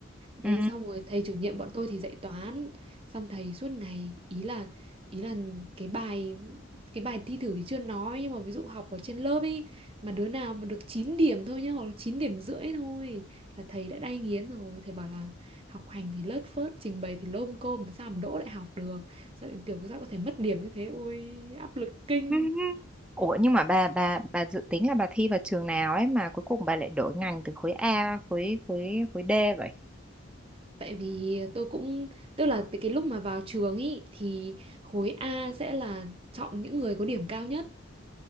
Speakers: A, on the right; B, in the centre.
A: thế
B: ừ.
A: xong rồi thầy chủ nhiệm bọn tôi thì dạy toán xong thầy suốt ngày ý là ý là cái bài cái bài thi thử thì chưa nói nhưng mà ví dụ học ở trên lớp ấy mà đứa nào mà được 9 điểm thôi nhá hoặc là 9 điểm rưỡi thôi là thầy đã đay nghiến rồi thầy bảo là học hành thì lớt phớt trình bày thì lôm côm sao mà đỗ đại học được sao lại sao có thể mất điểm như thế ôi áp lực kinh
B: <laughs> Ủa nhưng mà bà bà bà dự tính là bà thi vào trường nào ấy mà cuối cùng bà lại đổi ngành từ khối A khối khối khối D vậy?
A: tại vì tôi cũng tức là cái cái lúc mà vào trường ý thì khối A sẽ là chọn những người có điểm cao nhất